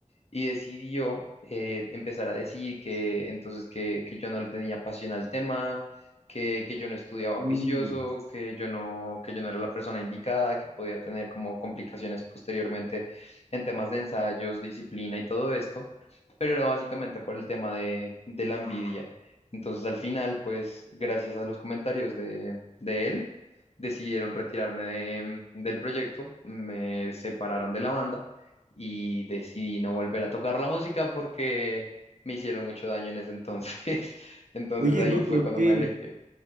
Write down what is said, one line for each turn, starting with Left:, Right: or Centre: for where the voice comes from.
Left: y decidió eh, empezar a decir que entonces que, que yo no le tenía pasión al tema, que, que yo no estudiaba juicioso,
Right: Mm.
Left: que yo no, que yo no era la persona indicada, que podía tener como complicaciones posteriormente en temas de ensayos, disciplina y todo esto, pero era básicamente por el tema de, de la envidia. Entonces al final, pues gracias a los comentarios de, de él, decidieron retirarme de- del proyecto, me separaron de la banda y decidí no volver a tocar la música porque me hicieron mucho daño en ese entonces. <laughs> Entonces
Right: Oye,
Left: ahí
Right: no,
Left: fue
Right: pero
Left: cuando
Right: qué,
Left: me alejé.